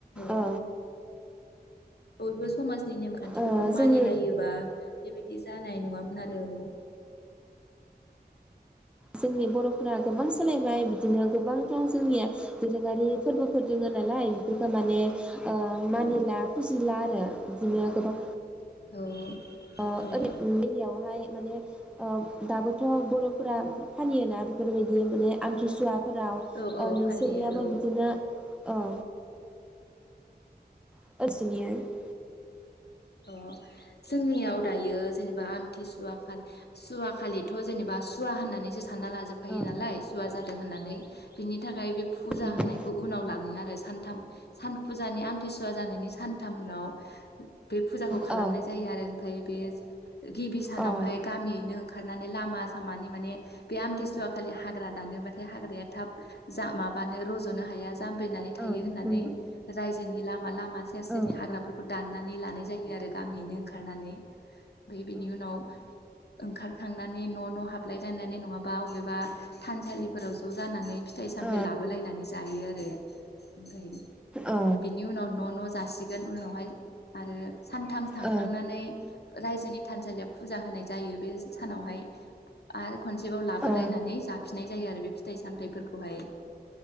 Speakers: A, on the left (about 70°); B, in the centre.
A: ओम
B: औ
A: बयबो समाजनि नेमखान्थिफोरखौ
B: ओ
A: मानिलायोबा
B: जोंनि
A: बेबायदि जानाय नङामोन आरो औ।
B: जोंनि बर'फोरा गोबां सोलायबाय बिदिनो गोबांथार जोंनिया दोरोङारि फोरबोफोर दोङो नालाय बेफोरखौ माने ओ मानिला
A: औ
B: फुजिला आरो बिदिनो गोबां
A: औ
B: ओ
A: औ औ
B: ओरै एरियायावहाय माने ओ दाबो थ' बर'फोरा फालियोना बेफोरबायदि माने आमथिसुवा फोराव
A: औ
B: ओ नोंसोरनियाबो
A: फालियो
B: बिदिनो ओ <unintelligible>
A: औ जोंनियाव दायो जेनेबा आमथिसुवा सुवाखलिथ' जेनेबा सु सुवा होननानैसो सानना लाजोबफायो
B: औ
A: नालाय सुवा जादों होननानै बिनि थाखाय बे फुजा
B: नंगौ
A: होनायखौ उनाव लाङो आरो सानथाम सान फुजानि आमथिसुवा जानायनि सानथाम उनाव बे फुजाखौ खालामनाय
B: औ
A: जायो आरो ओमफाय बे गिबि सानावहाय
B: औ
A: गामियैनो ओंखारनानै लामा सामानि माने बे आमथिसुवा खालि हाग्रा दानोबाथाय हाग्राया थाब जा माबानो रज'नो हाया जामब्रिनानै
B: औ
A: थायो होननानै
B: नंगौ
A: रायजोनि लामा लामा सेर
B: औ
A: सेरनि हाग्राफोरखौ दाननानै लानाय जायो आरो गामियैनो ओंखारनानै ओफाय बेनि
B: औ ओ
A: उनाव ओखारखांनानै न' न' हाबलाय लानानै नङाबा बबेबा थानसालिफोराव ज' जानानै फिथाइ सामथाइ
B: ओ
A: लाबोलायनानै जायो आरो ओमफाय
B: ओ
A: बिनि उनाव न' न' जासि गोन उनावहाय आरो सानथाम थांखांनानै
B: ओ
A: रायजोनि थानसालियाव फुजा होनाय जायो बे सानावहाय आरो खनसेबाव लाबोलायनानै
B: ओ
A: जाफिननाय जायो आरो बे फिथाइ सामथाइफोरखौहाय।